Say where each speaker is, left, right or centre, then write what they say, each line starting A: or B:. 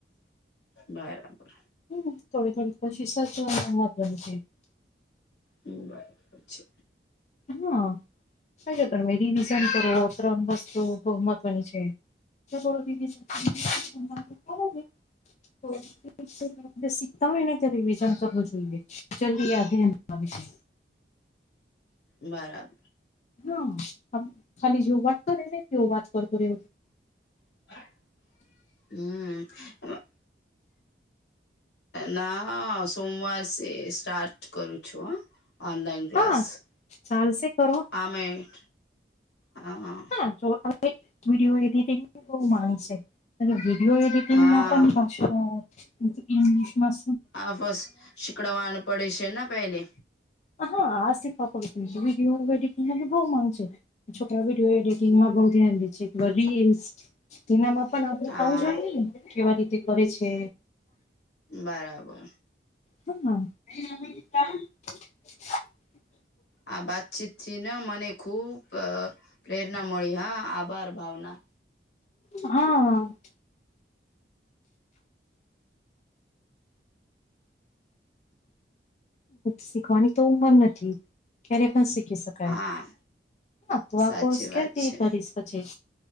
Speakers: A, on the left; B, on the left.
A: બરાબર
B: હમ થોડી થોડી કોશિશ <unintelligible>
A: હ બરાબર છે.
B: હા સા તમે રિવિઝન કરો ત્રણ વસ્તુ બ મહત્વની છે. <unintelligible> શીખતા હોય ને રિવિઝન કરવું જોઈએ જલ્દી આ ધ્યાન વિશે
A: બરાબર
B: હા ખાલી જે વાત કર ને તેવ વાત કરતો રહે
A: હમ ના સોમવાર સે સ્ટાર્ટ કરું છું હ ઓનલાઈન ક્લાસ
B: હા ચાલશે કરો
A: આમાં હ
B: હા જો વિડીયો એડિટીગ ની બૌ માંગશે વિડીયો એડિટિંગમાં
A: હા
B: પણ હ ઇગ્લિશમાં
A: આ બસ શીકડવાનું પડે છે ને પેલે
B: <unintelligible> હ હા આ કપડ છ હ બહું માનશે છોકરા બે એડિટંગમાં બ ધ્યાન છે કે રીલ્સ તેનામાં પણ આપ
A: હા
B: આવું જોઈએ કેવા રીતે કરે છે.
A: બરાબર
B: <unintelligible>
A: આ વાતચીત થી ને મને ખુબ પ્રેરણા મળી હા આભાર ભાવના
B: હ શીખવાની તો ઉંમર નથી ક્યારે પણ શીખી શક કાય
A: હા
B: હા તું
A: સાચી
B: આ કોર્સ કેવીથી
A: વાત છે
B: કરીશ પછી